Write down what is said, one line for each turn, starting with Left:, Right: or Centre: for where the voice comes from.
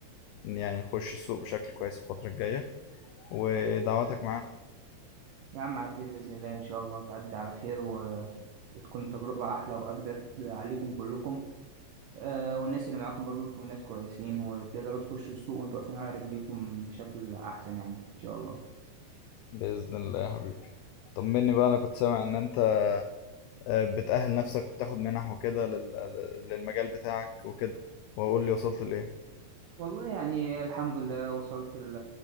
Left: يعني نخش السوق بشكل كويس الفترة الجاية ودعواتك معانا
Right: يا عم على خير بإذن الله ان شاء الله تعدي على خير و... وتكون تجربة احلى واجدد عليكم كلكم آه والناس اللي معاكم برضو يكونوا ناس كويسين وتقدروا تخشوا السوق وانتوا واقفين على رجليكم بشكل احسن يعني ان شاء الله
Left: بإذن الله يا حبيبي طمني بقى أنا كنت سامع إن أنت آه، بتأهل نفسك وبتاخد منح وكده لل- لل- للمجال بتاعك وكده وأقول لي وصلت لإيه
Right: والله يعني الحمد لله وصلت ل-